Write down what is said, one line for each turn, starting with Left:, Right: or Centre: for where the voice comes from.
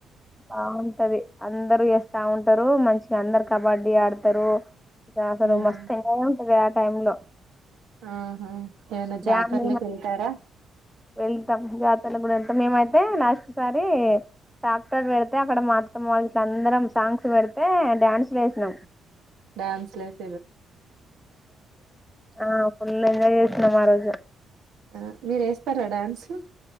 Centre: బాగుంటది అందరు వేస్తా ఉంటారు మంచిగా అందరు కబడ్డీ గడి ఆడతారు ఇంకా
Right: హ్మ్.
Centre: మస్త ఎంజాయ్ అదే ఆ టైమ్మ్ లో
Right: ఆహా ఏవనా
Centre: డ్యామ్
Right: జాతర్లకు
Centre: మేము
Right: వెళ్తారా
Centre: వెళ్తాం లజాతర్లకు కూడా వెళ్తాం మేమైతే లాస్ట్ సారి టాక్టర్ పెడితే అక్కడ మాత్తమ్మ వాళ్ళు అందరం సాంగ్స్ పెడితే డ్యాన్సు వేసినాం
Right: డ్యాన్స్ లెస్
Centre: ఆ ఫుల్ నువ్వు అడుగు
Right: ఆ మీరు వేస్తారా డ్యాన్సు